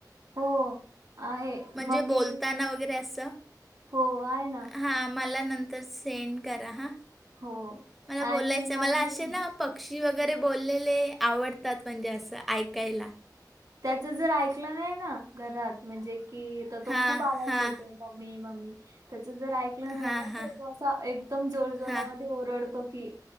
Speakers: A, on the right; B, in the centre.
A: हो आहे.
B: म्हणजे
A: मम्मी
B: बोलताना वगैरे अस
A: हो आहे ना
B: हा मला नंत तर सेंड करा हां
A: हो
B: मला
A: आणि
B: बोलायचं
A: मम्मी
B: मला असे ना पक्षी वगैरे बोललेले आवडतात म्हणजे असं ऐकायला.
A: त्याच जर ऐकलं नाही ना घरात म्हणजे कि तर तो
B: हां
A: खूप आवाज
B: हां
A: देतो. मम्मी, मम्मी त्याच जर ऐक ऐकलं नाही
B: हां
A: ना
B: हां
A: तर तो असा एकदम जोर, जोरामध्ये
B: हां
A: ओरडतो की